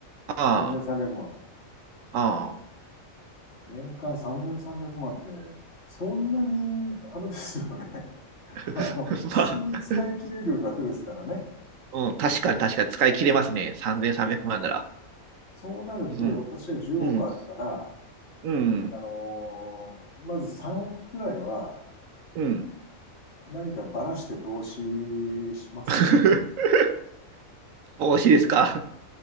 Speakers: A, on the right (about 75°); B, on the left (about 50°).
A: あ
B: 3300万
A: あ、ああ。
B: 年間3300万って、そんなに、あれですよね。<laughs> あの、
A: <laughs>
B: 普通に使い切れる額ですからね。
A: まあ、うん、確かに確かに使い切れますね。3300万なら。
B: そうなると、
A: うん、
B: 私は10億あったら、
A: うん、うん、
B: あのーまず3億くくらいは
A: うん。
B: 何かばらして投資しますね。
A: <laughs> 投資ですか。